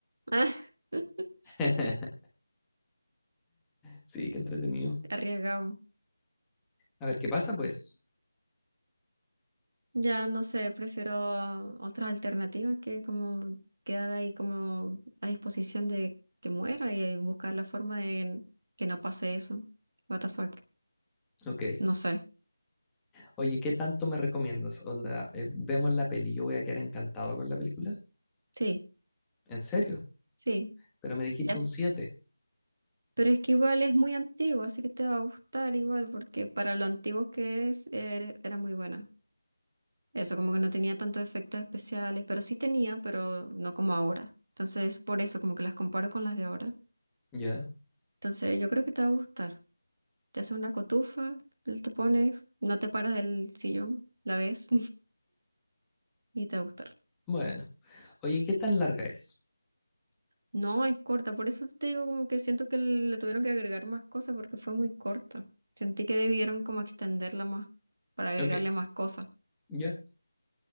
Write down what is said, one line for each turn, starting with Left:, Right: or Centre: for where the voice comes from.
Right: <laughs>
Centre: <laughs> Sí, qué entretenido.
Right: Ah, arriesgado.
Centre: A ver qué pasa, pues.
Right: Ya no sé, prefiero otras alternativas que como quedar ahí como a disposición de que muera y buscar la forma de que no pase eso. What the fuck.
Centre: Ok.
Right: No sé.
Centre: Oye, ¿qué tanto me recomiendas? Onda, eh, vemos la peli. Yo voy a quedar encantado con la película.
Right: Sí,
Centre: ¿En serio?
Right: sí.
Centre: Pero me dijiste
Right: Ya.
Centre: un siete
Right: Pero es que igual es muy antiguo, así que te va a gustar igual, porque para lo antiguo que es, er- era muy buena. Eso, como que no tenía tantos efectos especiales, pero sí tenía, pero no como ahora. Entonces, por eso, como que las comparo con las de ahora.
Centre: Ya.
Right: Entonces, yo creo que te va a gustar. te haces una cotufa, te pones, no te paras del sillón, la ves <laughs> y te va a gustar.
Centre: Bueno. Oye, ¿qué tan larga es?
Right: No, es corta, por eso te digo como que siento que le tuvieron que agregar más cosas porque fue muy corta. Sentí que debieron como extenderla más para agregarle
Centre: Ok.
Right: más cosas. <laughs>
Centre: Ya.